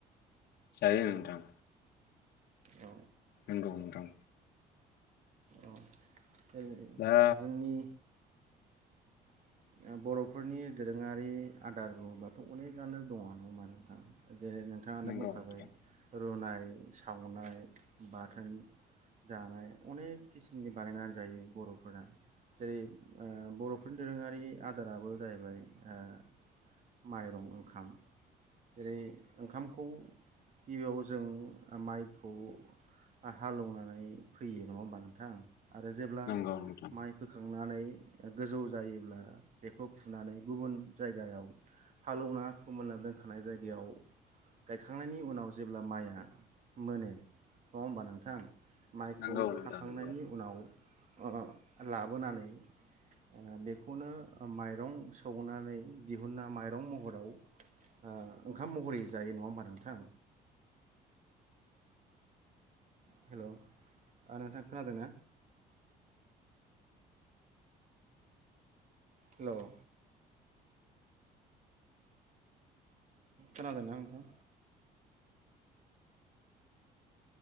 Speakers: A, on the left; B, on the right.
A: जायो ओं नोंथां।
B: अ
A: नोंगौ नोंथां।
B: औ ओइ
A: दा
B: जोंनि ओ बर'फोरनि दोरोङारि आदार बुङोब्लाथ' अनेकानो दङ नङा होमबा नोंथां जेरै नोंथाङानो
A: नंगौ
B: बुंखाबाय
A: नोंथां
B: रुनाय सावनाय बाथोन जानाय अनेख किसुमनि बानायनानै जायो बर'फोरा जेरै ओ बर'फोरनि दोरोङारि इ आदाराबो जाहैबाय ओ माइरं ओंखाम जेरै ओंखामखौ गिबियाव जों माइखौ आ हालएवनानै फैयो। नङा होमबा नोंथां? आरो जेब्ला
A: नंगौ नोंथां
B: माइ फोखां खांनानै गोजौ जायोब्ला बेखौ फुनानै गुबुन जायगायाव हालोवना फोमोनना दोनखानाय जायगायाव गायखांनायनि उनाव जेब्ला माइया मोनो नङा होमबा नोंथां माइखौ
A: नंगौ नोंथां
B: हाखांनायनि
A: नंगौ
B: उनाव अ अ लाबोनानै ओ बेखौनो माइरं सौनानै दिहुना माइरं महराव ओ ओंखाम महरै जायो नङा होमबा नोंथां हेल' आ नोंथां खोनादोंना? हेल' खोनादोंना नोंथां?